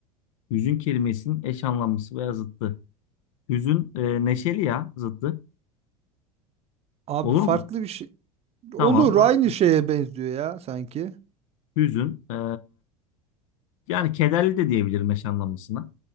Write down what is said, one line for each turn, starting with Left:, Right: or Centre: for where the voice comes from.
Left: Hüzün kelimesinin eş anlamlısı veya zıttı. Hüzün e, neşeli ya zıttı.
Right: Abi
Left: Olur
Right: farklı
Left: mu?
Right: bir şey. Olur
Left: Tamam. Başka.
Right: aynı şeye benziyor ya sanki.
Left: Hüzün e, yani kederli de diyebilirim eş anlamlısına.